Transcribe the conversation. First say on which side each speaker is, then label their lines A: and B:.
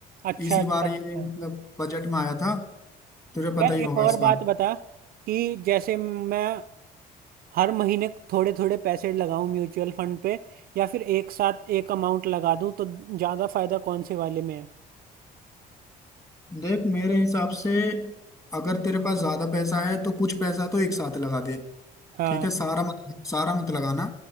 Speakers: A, on the right; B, on the left.
A: अच्छा
B: इसी
A: अच्छा
B: बार
A: अच्छा।
B: ये मतलब बजट में आया था तुझे
A: यार
B: पता ही होगा
A: एक
B: इसका
A: और बात बता कि जैसे मैं हर महीने थोड़े थोड़े पैसे लगाऊं म्यूचुअल फंड पे या फिर एक साथ एक अमाउंट लगा दूं तो ज़्यादा फायदा कौन से वाले में है
B: देख मेरे हिसाब से अगर तेरे पास ज्यादा पैसा है तो कुछ पैसा तो एक साथ लगा दे
A: हाँ
B: ठीक है सारा मत सारा मत लगाना